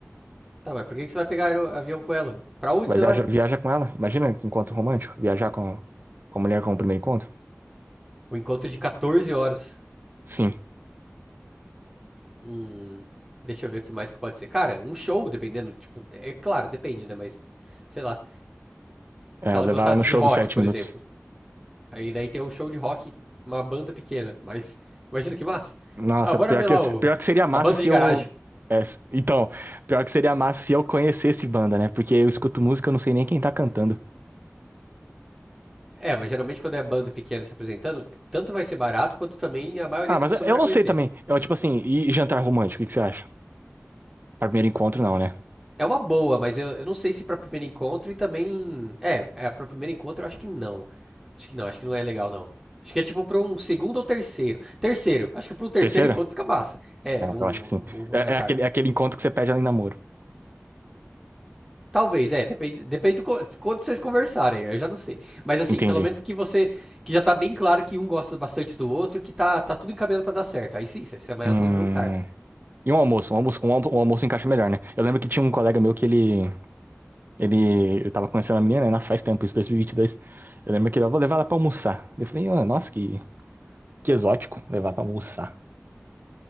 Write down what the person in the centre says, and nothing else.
Tá, mas por que que você vai pegar aero- avião com ela? Pra onde
você
vai?
O encontro de 14 horas.
Hum, deixa eu ver o que mais que pode ser. Cara, um show, dependendo, tipo, é claro, depende, né? Mas, sei lá.
Se ela
gostasse
de rock,
por
exemplo. Aí daí tem um show de rock, uma banda pequena, mas imagina que massa.
Ah, bora
ver
lá o
a banda
de garagem.
É, mas geralmente quando é banda pequena se apresentando, tanto vai ser barato quanto também a maioria
das
pessoas
não vai
conhecer.
É uma boa, mas eu, eu não sei se pra primeiro encontro e também. É, é, pra primeiro encontro eu acho que não. Acho que não, acho que não é legal, não. Acho que é tipo pra um segundo ou terceiro. Terceiro, acho que pra um terceiro
encontro fica massa. É,
um,
um
um jantar.
Talvez, é, depende, depende do co- quanto vocês conversarem, eu já não sei. Mas assim,
pelo menos que você, que já tá bem claro que um gosta bastante do outro, que tá, tá tudo encaminhando pra dar certo. Aí sim, você chama
ela pra um jantar.